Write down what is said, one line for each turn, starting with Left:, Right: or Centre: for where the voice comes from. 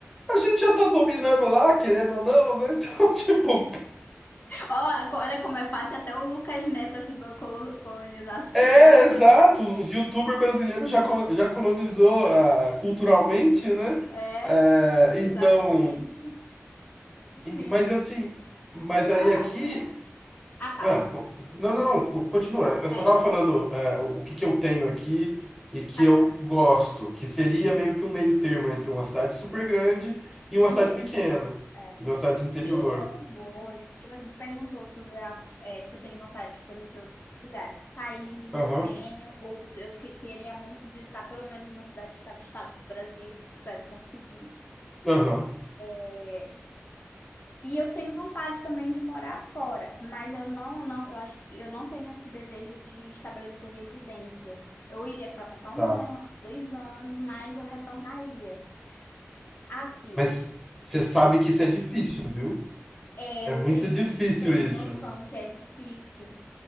Centre: A gente já tá dominando lá, querendo ou não, né? Então, <laughs> tipo,
Left: Ó, Olha como é fácil, até o Lucas Neto ajudou a colo- colonizar as crianças.
Centre: é, exato. Os YouTubers brasileiros já, co- já colonizou ah, culturalmente, né?
Left: É,
Centre: É,
Left: exatamente.
Centre: então.
Left: Sim,
Centre: E- Mas assim, mas aí
Left: olha.
Centre: aqui.
Left: Ah, tá.
Centre: Ah, co- não, não, não, co- continua. Eu
Left: É,
Centre: só estava falando é, o, o que que eu tenho aqui e que
Left: ah,
Centre: eu
Left: tá.
Centre: gosto, que seria meio que um meio termo entre uma cidade super grande e
Left: E
Centre: uma
Left: o interior?
Centre: cidade pequena,
Left: É.
Centre: e uma cidade interior.
Left: Eu gosto. Tipo, a gente perguntou sobre a, eh, se eu tenho vontade de conhecer outros lugares. Países
Centre: Aham,
Left: eu tenho, outro eu que queria muito visitar pelo menos uma cidade de cada estado do Brasil. Espero conseguir.
Centre: aham,
Left: É, E eu tenho vontade também de morar fora, mas eu não, não, eu acho que eu não tenho esse desejo de estabelecer residência. Eu iria para passar
Centre: tá.
Left: um ano, dois anos, mas eu retornaria. Assim,
Centre: Mas você sabe que isso é difícil, viu?
Left: é,
Centre: É
Left: eu
Centre: muito
Left: tenho,
Centre: difícil
Left: tenho
Centre: isso.
Left: noção que é difícil.